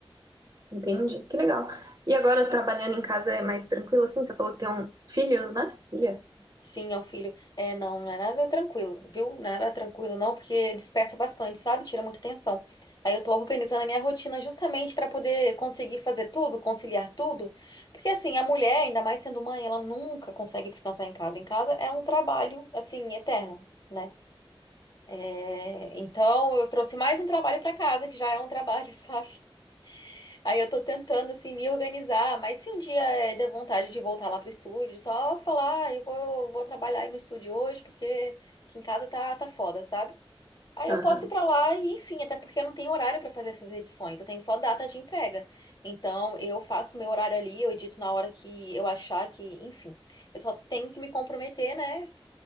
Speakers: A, on the right (about 40°); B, on the left (about 45°).
A: Entende? Que legal. E agora, trabalhando em casa é mais tranquilo, assim? Você falou que tem um filho, né? Filha?
B: Sim, é um filho. É, não, não é nada tranquilo, viu? Não é nada tranquilo, não, porque dispersa bastante, sabe? Tira muita atenção. Aí eu tô organizando a minha rotina justamente pra poder conseguir fazer tudo, conciliar tudo. Porque, assim, a mulher, ainda mais sendo mãe, ela nunca consegue descansar em casa. Em casa é um trabalho, assim, eterno, né? É, então, eu trouxe mais um trabalho pra casa, que já é um trabalho, <laughs> sabe? Aí eu tô tentando, assim, me organizar, mas se um dia eh, der vontade de voltar lá pro estúdio, só falar, "Ah, eu vou, vou trabalhar aí no estúdio hoje, porque aqui em casa tá, tá foda, sabe? Aí
A: Aham.
B: eu posso ir pra lá e, enfim, até porque eu não tenho horário pra fazer essas edições, eu tenho só data de entrega. Então, eu faço meu horário ali, eu edito na hora que eu achar que, enfim, eu só tenho que me comprometer, né?